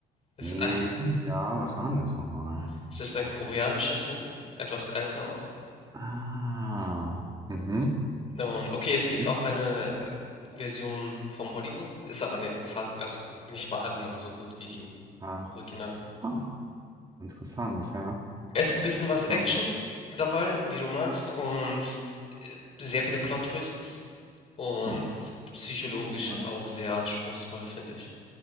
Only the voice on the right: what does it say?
nee,
ja, was war denn das nochmal?
Ah, mhm.
Was
denn gibt's?
Ah,
ah, interessant, ja.
Spannend.
Oh,
cool.